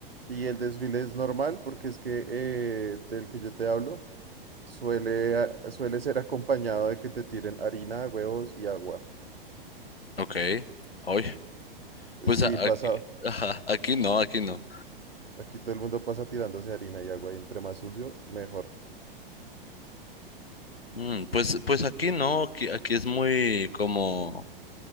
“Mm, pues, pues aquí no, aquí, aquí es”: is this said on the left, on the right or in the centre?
Left